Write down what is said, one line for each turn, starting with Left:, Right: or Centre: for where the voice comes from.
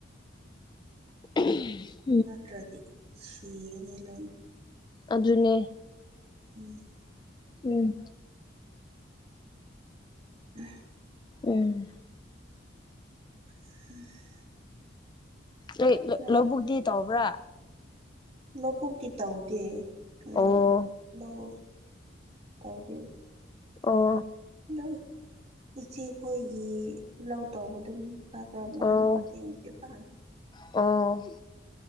Left: <unintelligible>
Right: ꯅꯠꯇ꯭ꯔꯗꯤ ꯁꯤꯒꯅꯤ ꯂꯣꯏꯅ꯫
Left: ꯑꯗꯨꯅꯦ
Right: ꯎꯝ
Left: ꯎꯝ
Right: <unintelligible>
Left: ꯎꯝ
Right: <unintelligible>
Left: ꯍꯣꯏ
Right: ꯅꯣꯏ
Left: ꯂꯧꯕꯨꯛꯇꯤ ꯇꯧꯕ꯭ꯔꯥ꯫
Right: ꯂꯧꯕꯨꯛꯇꯤ ꯇꯧꯗꯦ
Left: ꯑꯣ
Right: ꯂꯧ ꯂꯧ ꯇꯧꯗꯦ꯫
Left: ꯑꯣ
Right: ꯑꯗꯨꯝ ꯏꯆꯦꯈꯣꯏꯒꯤ ꯂꯧ ꯇꯧꯕ ꯑꯗꯨꯝ꯫ ꯈꯔ ꯈꯔ
Left: ꯑꯣ
Right: ꯑꯗꯨꯝ ꯃꯇꯦꯡꯗꯤ ꯄꯥꯡꯉꯤ꯫
Left: ꯑꯣ